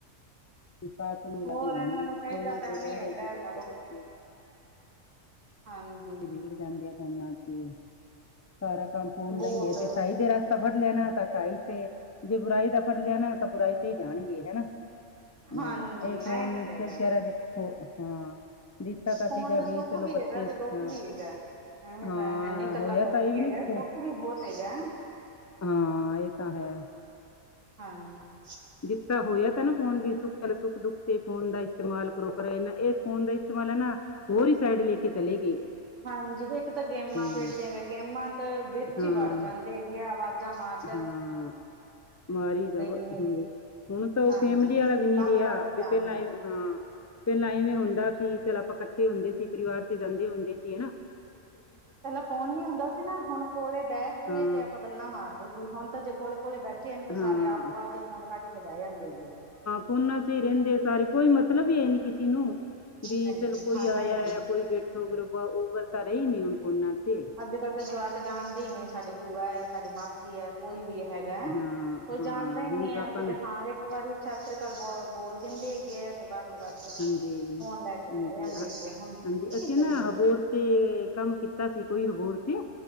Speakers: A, on the left (about 25°); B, on the right (about 70°).
A: <unintelligible> ਵੀ
B: ਹੋਰ
A: ਹੋਣਗੀਆਂ
B: ਇਹਨਾਂ ਨੂੰ
A: ਜੇ
B: ਚਾਹੀਦਾ
A: ਫੋਨਾਂ
B: ਤਾਂ
A: ਤੇ
B: ਐਵੇਂ
A: ਰਹਿ
B: ਹੈਗਾ
A: ਰਹਿ ਕੇ ਗਏ
B: ਚਲੋ
A: ਤੇ ਬੱਚੇ
B: ਹਾਂਜੀ
A: ਤੇ ਵਿਗੜ ਜਾਂਦੇ ਆ ਫੋਨਾਂ ਤੇ ਸਾਰਾ ਕੰਮ ਫੋਨ
B: ਬਹੁਤ
A: ਦਾ ਈ ਏ, ਜੇ ਅਛਾਈ ਦੇ ਰਸਤਾ ਫੜ ਲਿਆ ਨਾਂ ਤਾਂ ਸਹੀ ਤੇ, ਜੇ ਬੁਰਾਈ ਦਾ ਫੜ ਲਿਆ ਨਾਂ ਤਾਂ ਬੁਰਾਈ ਜਾਣਗੇ ਹਨਾਂ!
B: ਹਾਂਜੀ
A: ਹਾਂ ਇਹ ਫੁਨ
B: ਐਂ ਤਾਂ ਹੈਗਾ
A: ਤੇ ਵਿਚਾਰਾ
B: ਜੀ
A: ਹਾਂ ਦਿੱਤਾ ਤਾਂ
B: ਫੋਨ
A: ਸੀਗਾ
B: ਦਾ
A: ਵੀ
B: ਸੁੱਖ
A: ਚਲੋ ਬੱਚੇ
B: ਹੈਗਾ ਤੇ ਦੁੱਖ
A: ਹਾਂ,
B: ਵੀ ਹੈਗਾ ਐਵੇਂ
A: ਹਾਂ
B: ਤਾਂ ਹੈ ਨੀ ਇਕੱਲਾ
A: ਹੋਇਆ
B: ਦੁੱਖ
A: ਤਾਂ ਇਹ
B: ਹੀ
A: ਵੀ
B: ਹੈਗਾ
A: ਨੀਂ
B: ਸੁੱਖ
A: ਫੋ
B: ਵੀ ਬਹੁਤ ਹੈਗਾ।
A: ਹਾਂ ਇਹ ਤਾਂ ਹੈ।
B: ਹਾਂਜੀ।
A: ਦਿੱਤਾ ਹੋਇਆ ਤਾਂ ਨਾ ਫੋਨ ਵੀ ਸੁੱਖ ਵੇਲੇ ਸੁੱਖ ਦੁੱਖ ਤੇ ਫੋਨ ਦਾ ਇਸਤੇਮਾਲ ਰੁਕ ਰਏ ਨਾਂ, ਇਹ ਫੋਨ ਦਾ ਇਸਤੇਮਾਲ ਐਨਾਂ ਹੋਰ ਹੀ ਸਾਈਡ ਲੈ ਕੇ ਚਲੇ ਗਏ।
B: ਹਾਂਜੀ ਇੱਕ ਤਾਂ ਗੇਮਾਂ
A: ਹੂੰ
B: ਖੇਡਦੀਆਂਗੇ, ਗੇਮਾਂ ਤੇ ਵਿੱਚ
A: ਹਾਂ
B: ਹੀ ਵੜ ਜਾਂਦੇ ਹੈਗੇ ਆ। ਆਵਾਜ਼ਾਂ ਮਾਰ
A: ਹਾਂ, ਮਾਰੀ ਜਾਵੋ
B: ਹੀ ਨਹੀਂ ਹੈਗੇ
A: ਹਂ। ਹੁਣ ਤਾਂ ਉਹ
B: ਹਾਂਜੀ
A: ਫੈਮਿਲੀ ਵਾਲਾ ਵੀ ਨਈਂ
B: ਕੰਮ
A: ਰਿਆ
B: ਵੱਲ ਤਾਂ
A: ਵੀ
B: ਧਿਆਨ
A: ਪਹਿਲਾਂ
B: ਨੀ
A: ਇ ਹਾਂ, ਪਹਿਲਾਂ ਇਵੇਂ ਹੁੰਦਾ ਸੀ ਚੱਲ ਆਪਾਂ ਕੱਠ ਠੇ ਹੁੰਦੇ ਸੀ, ਪਰਿਵਾਰ ਤੇ ਜਾਂਦੇ ਹੁੰਦੇ ਸੀ ਹਨਾਂ!
B: ਪਹਿਲਾਂ ਫੋਨ ਨੀਂ ਹੁੰਦਾ ਸੀ ਨਾਂ ਹੁਣ ਕੋਲੇ ਬਹਿ ਕੇ
A: ਹਾਂ
B: ਤੇ ਆਪਾਂ ਗੱਲਾਂ ਮਾਰਦੇ ਸੀ ਹੁਣ ਤਾਂ ਜੇ ਕੋਲੇ ਕੋਲੇ ਬੈਠੇ ਨੇਂ ਤੇ, ਸਾਰੇ
A: ਹਾਂ
B: ਆਪੋ ਆਪ ਦੇ ਫੋਨ ਕੱਢ ਕੇ ਬਹਿ ਜਾਂਦੇ ਹੇਗੇ ਆ।
A: ਫੋਨਾ ਚ ਹੀ ਰਹਿੰਦੇ ਸਾਰੇ ਕੋਈ ਮਤਲਬ ਈ ਹੈ ਨੀਂ ਕਿਸੇ ਨੂੰ। ਵੀ
B: ਨਹੀਂ
A: ਚਲ
B: ਜੀ
A: ਕੋਈ
B: ਹਾਂ ਨਹੀਂ
A: ਆਇਆ
B: ਜੀ
A: ਆ ਕੋਈ ਬੈਠੋ ਗਰਬਾ ਉਹ ਗੱਲ ਤਾਂ ਰਹੀ ਨੀਂ ਹੁਣ ਫੋਨਾਂ ਤੇ
B: ਅੱਜ-ਕੱਲ੍ਹ ਤਾਂ ਜਵਾਕ ਜਾਣਦੇ ਹੀ ਨੀਂ, ਸਾਡੇ ਭੂਆ ਹੈ ਸਾਡੇ ਮਾ ਸੀ ਐ, ਕੋਈ ਵੀ ਹੈਗਾ
A: ਹਾਂ
B: ਕੋਈ
A: ਹਾਂ
B: ਜਾਣਦਾ ਹੀ
A: ਹੁਣ
B: ਨੀਂ
A: ਜਵਾਕਾਂ
B: ਹੈ ਕਦੇ
A: ਨੂੰ
B: ਹਾਂ ਇੱਕ ਵਾਰੀ ਸ਼ਾਸਤ੍ਰੀ ਅਕਾਲ ਬ ਬੋਲ ਦਿੰਦੇ ਹੈਗੇ ਆ ਤੇ ਬੱਸ ਤੇ ਬੱਸ
A: ਹਾਂਜੀ
B: ਫੋਨ ਲੈ ਕੇ
A: ਹਾਂਜੀ
B: ਬਹਿ ਜਾਂਣਗੇ ਹੁਣ
A: ਹਾਂਜੀ
B: ਕਿ
A: ਅਸੀਂ ਨਾ
B: ਕਰੀਏ?
A: ਹਬੋਰ ਤੇ ਕੰਮ ਕੀਤਾ ਸੀ ਕੋਈ ਹੋਰ ਤੇ